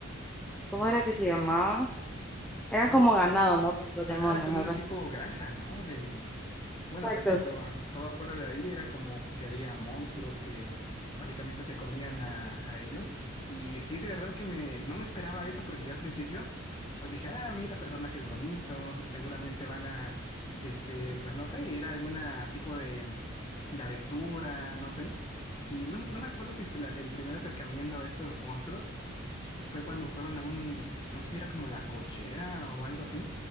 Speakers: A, in the centre; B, on the left.
A: ¿cómo era que se llamaba? Eran
B: Sí,
A: como ganado, ¿no? Por los
B: Ajá,
A: demonios,
B: era como
A: algo
B: una
A: así.
B: tipo granja, ¿no? De, bueno,
A: Exacto.
B: ves que todo, todo afuera de ahí era como que había monstruos que básicamente se comían a, a ellos. Y sí, de verdad que me, no me esperaba eso porque yo al principio, pues dije, ah, mira, personajes bonitos, seguramente van a, este, pues no sé, ir a alguna tipo de, de aventura, no sé. Y no, no me acuerdo si fue la- el primer acercamiento a estos monstruos fue cuando fueron a un, no sé si era como la cochera o algo así,